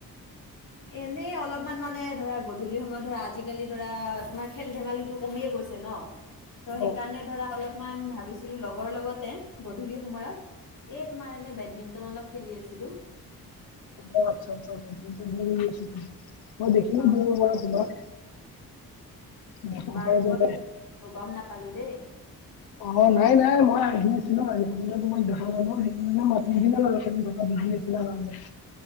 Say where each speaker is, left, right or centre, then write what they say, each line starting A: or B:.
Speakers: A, on the left (about 60°); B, on the left (about 80°).
A: এনেই অলপমান মানে ধৰা গধূলি সময়ত ধৰা আজিকালি ধৰা তোমাৰ খেল-ধেমালিটো কমিয়ে গৈছে ন', ত' সেইকাৰণে
B: অ',
A: ধৰা অলপমান ভাবিছিলো লগৰ লগতে গধূলি সময়ত এ তোমাৰ এনে বেডমিন্টন অলপ খেলি আছিলো।
B: অ', আচ্ছা আচ্ছা <unintelligible> মই দেখিলো
A: হয়
B: দূৰৰ পৰা তোমাক। দেখা
A: বাৰু
B: পাই পেলাই
A: মই, গ'ম নাপালো দেই।
B: অ', নাই নাই মই আহি আছিলো আহি থাকোঁতে তোমাক দোখা পালোঁ, সেইকাৰণে মাতি নিদিলো আৰু খেলি থাকা বিজি আছি লা কাৰনে।